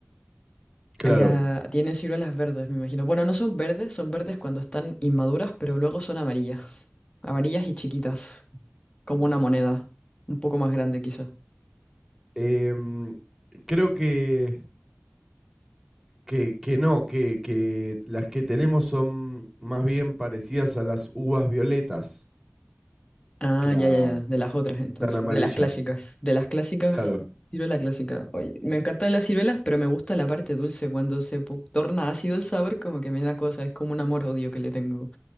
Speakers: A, in the centre; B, on the left (about 25°).
A: Claro.
B: Allá tiene ciruelas verdes, me imagino. Bueno, no son verdes, son verdes cuando están inmaduras, pero luego son amarillas. Amarillas y chiquitas, como una moneda, un poco más grande quizás.
A: Em, creo que, que, que no, que, que las que tenemos son más bien parecidas a las uvas violetas
B: Ah,
A: que a,
B: ya, ya, ya, de las otras entonces,
A: tan amarillas.
B: de las clásicas, de las clásicas,
A: Claro.
B: ciruela clásica. Oye, me encantan las ciruelas, pero me gusta la parte dulce, cuando se po- torna ácido el sabor, como que me da cosa, es como un amor-odio que le tengo